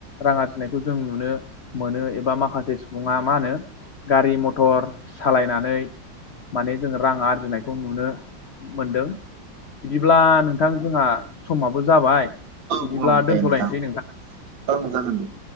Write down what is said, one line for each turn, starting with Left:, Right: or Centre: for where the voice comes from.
Left: रां आरजिनायखौ जों नुनो मोनो एबा माखासे सुबुङा मा होनो गारि मथर सालायनानै माने जों रां आरजिनायखौ नुनो मोनदों। बिदिब्ला नोंथां जोंहा समाबो जाबाय
Right: औ
Left: बिदिब्ला
Right: औ दे
Left: दोनथ'लायनोसै
Right: नोंथां ओं जागोन दे।